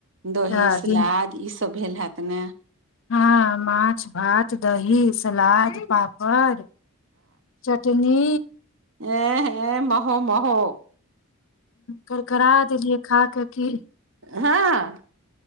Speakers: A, on the right; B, on the left.
A: दही
B: तऽ
A: सलाद
B: दिन
A: ई सब सब भेल हैत ने
B: हँ माछ भात दही सलाद पापड़ चटनी
A: ए ए महो महो
B: करकरा देलियै खा कऽ की
A: हँ